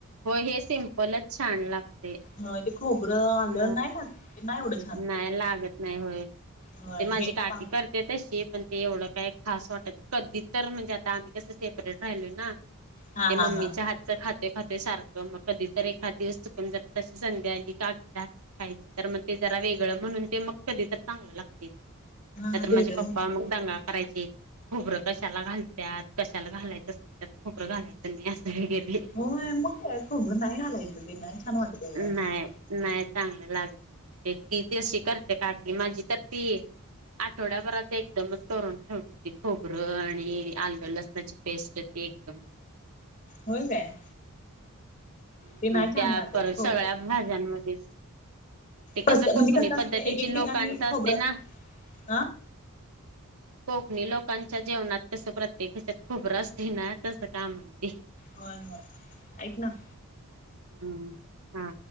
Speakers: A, on the right; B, on the left.
A: होय हे सिमपलच छान लागते.
B: ह ते खोबरं, आलं
A: ह
B: नाही टाकते नाही आवडत.
A: नाही लागत नाही होय ते
B: होय
A: माझी
B: हे
A: काकी
B: हा
A: कर ते तशी पण ते एवढं काय खास वाटत कधी तर म्हणजे आता आम्ही कसं सेपरेट राहिलोय ना
B: हा
A: ते मम्मीच्या
B: हा हा
A: हात खाते खाते सारखं मग कधी तर एखाद दिवस चुकून जर तशी संधी आली का आत्या खायची तर मग ते जरा वेगळं म्हणून ते मग कधी तर चांगलं लागतय नाही
B: हा
A: तर
B: ते
A: माझे
B: वेगळं
A: पप्पा
B: म्हणतात
A: म दंगा करायची खोबरं कशाला घालतत कशाला घालायचं अस त्यात खोबरं घालायचं नाही असत हे गेले
B: होय मग काय खोबरं नाही घालायचं ते नाही छान वाटत एवढं असं
A: नाही नाही चांगलं लागत तिथशी कर ते काकी माझी तर ती आठवड्याभराच एकदमच करून ठेवते ती खोबरं आणि आल्लं लसणाची पेस्ट ती एकदम
B: होय काय.
A: हम्म
B: ते नाही छान
A: त्या
B: लागत
A: पर
B: खोबरं
A: सगळ्या भाज्यांमध्ये. ते
B: प्रत्ये
A: कसं कोकणी
B: म्हणजे कसं
A: पद्धतीची
B: असतं एक एक ठिकाणी
A: लोकांचं
B: खोबरं
A: असतय ना.
B: हा
A: कोकणी लोकांच्या जेवणात तस प्रत्येक ह्यच्यात खोबरं असते ना तसं कसं का माहिती
B: होय, होय ऐक ना
A: हम्म हा